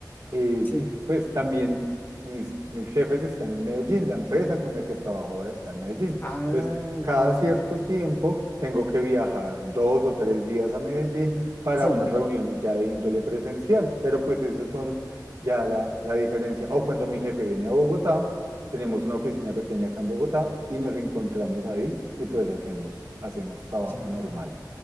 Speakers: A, on the right; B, on the left.
A: eh,
B: sí,
A: pues también mis, mis jefes están en Medellín, la empresa con la que trabajo ahora está en Medellín.
B: ah,
A: Entonces, cada
B: ok,
A: cierto tiempo tengo que viajar dos o tres días a Medellín para
B: sí,
A: unas reuniones ya de índole presencial, pero pues esas son ya la, la diferencia. O cuando mi jefe viene a Bogotá. Tenemos una oficina pequeña acá en Bogotá y nos encontramos ahí y pues hacemos, hacemos trabajo
B: Ya.
A: normal.